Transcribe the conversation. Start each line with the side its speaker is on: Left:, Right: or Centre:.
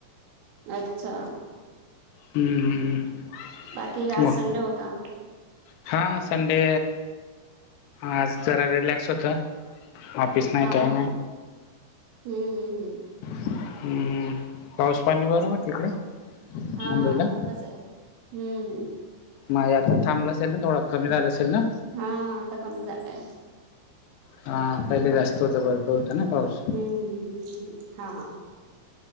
Right: अच्छा
Left: हम्म-हम्म-हम्म
Right: बाकी आज
Left: वा.
Right: संडे होता
Left: हा संडे, आज जरा रिलॅक्स होतं. ऑफिस नाही
Right: हा,
Left: काय नाही
Right: हम्म-हम्म-हम्म.
Left: हम्म-हम्म पाऊस, पाणी बरोबर तिकडे.
Right: हा
Left: मुंबईला
Right: खूपच आहे. हम्म.
Left: नाही आता, थांबलं असेल ना, थोडं कमी झालं असेल ना.
Right: हा आता कमी जात आहे.
Left: हां पहिले जास्त
Right: हम्म,
Left: होतं भरपूर होतं ना पाऊस
Right: हम्म-हम्म-हम्म. हा,